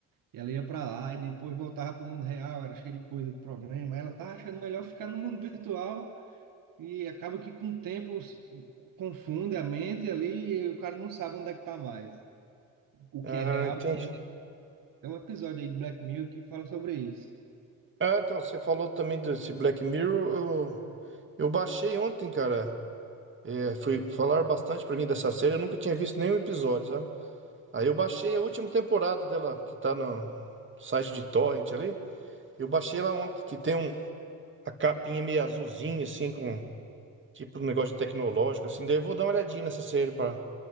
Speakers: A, on the right (about 65°); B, on the right (about 35°).
A: E ela ia para lá e depois voltava para o mundo real, era cheio de coisa, de problema. Aí Ela tá achando melhor ficar no mundo virtual e acaba que com o tempo os- confunde a mente ali e o cara não sabe onde é que tá mais, o que
B: Ah,
A: é real
B: entendi.
A: Tem um episódio aí de Black Mirror que fala sobre isso.
B: Ah, então, você falou também desse Black Mirror. Eu, eu baixei ontem, cara. É, foi falar bastante pra mim dessa série. Eu nunca tinha visto nenhum episódio, sabe? Aí eu baixei a última temporada dela, que tá no site de Torrent ali. Eu baixei lá ontem, que tem um, a capinha meio azulzinha, assim, com tipo um negócio tecnológico, assim. Daí eu vou dar uma olhadinha nessa série pra,